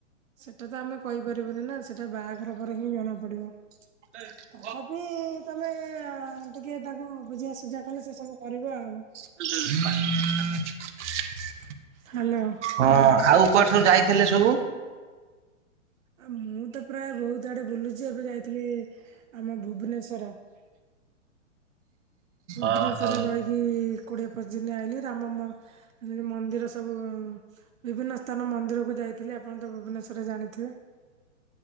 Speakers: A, on the right; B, on the right.
A: ସେଟା ତ ଆମେ କହିପାରିବୁନି ନା ସେଟା ବାହାଘର ପରେ ହିଁ ଜଣା ପଡିବ।
B: <unintelligible>
A: ତଥାପି ତମେ ଅ ଟିକେ ତାକୁ ବୁଝା ସୁଝା କଲେ ସେ ସବୁ କରିବ ଆଉ।
B: <unintelligible>
A: ହ୍ୟାଲୋ।
B: ହଁ ଆଉ କୁଆଡେ ସବୁ ଯାଇଥିଲେ ସବୁ?
A: ଆ ମୁଁ ତ ପ୍ରାୟ ବହୁତ୍ ଆଡେ ବୁଲୁଛି ଏବେ ଯାଇଥିଲି ଆମ ଭୁବନେଶ୍ଵର। ଭୁବନେଶ୍ୱରରେ
B: ଓହୋ
A: ରହିକି କୋଡିଏ ପଚିଶି ଦିନି ଆଇଲିି ରାମ ମ ଏ ମନ୍ଦିର ସବୁ ବିଭିନ୍ନ ସ୍ଥାନ ମନ୍ଦିରକୁୁ ଯାଇଥିଲି ଆପଣ ତ ଭୁବନେଶ୍ୱର ରେ ଜାଣିଥିବେ।